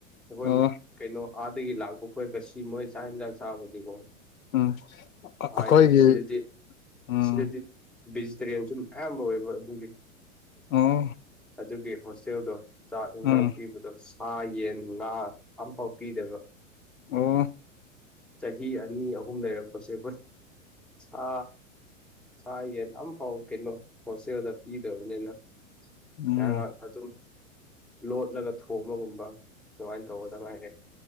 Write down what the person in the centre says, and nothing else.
ꯑꯩꯈꯣꯏ
ꯀꯩꯅꯣ ꯑꯥꯗꯒꯤ ꯂꯥꯛꯄ ꯈꯣꯏ ꯉꯁꯤ ꯃꯣꯏ ꯆꯥꯛ ꯏꯟꯁꯥꯡ ꯆꯥꯕꯗꯤꯀꯣ
ꯑꯗꯤ ꯁꯤꯗꯗꯤ
ꯁꯤꯗꯗꯤ ꯚꯦꯖꯤꯇꯦꯔꯤꯌꯥꯟ ꯁꯨ ꯑꯌꯥꯝꯕ ꯑꯣꯏꯕ ꯑꯗꯨꯒꯤ
ꯑꯗꯨꯒꯤ ꯍꯣꯁꯇꯦꯜꯗꯣ ꯆꯥꯛ ꯏꯟꯁꯥꯡ
ꯄꯤꯕꯗꯣ ꯁꯥ ꯌꯦꯟ ꯉꯥ ꯑꯝꯐꯥꯎ ꯄꯤꯗꯕ
ꯆꯍꯤ ꯑꯅꯤ ꯑꯍꯨꯝ ꯂꯩꯔꯛꯄꯁꯦ ꯁꯥ ꯁꯥ ꯌꯦꯟ ꯑꯝꯐꯥꯎ ꯀꯩꯅꯣ ꯍꯣꯁꯇꯦꯜꯗ ꯄꯤꯗꯕꯅꯤꯅ
ꯉꯥꯏꯍꯥꯛ ꯉꯥꯏꯍꯥꯛ ꯑꯗꯨꯝ ꯂꯣꯠꯂꯒ ꯊꯣꯡꯕꯒꯨꯝꯕ ꯑꯗꯨꯃꯥꯏꯅ ꯇꯧꯕꯗ ꯉꯥꯏꯔꯦ